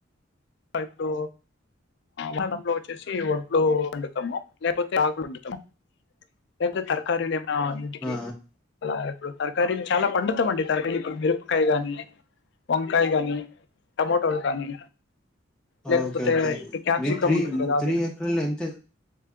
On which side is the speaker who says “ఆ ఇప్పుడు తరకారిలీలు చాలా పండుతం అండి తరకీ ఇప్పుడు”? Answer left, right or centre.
Left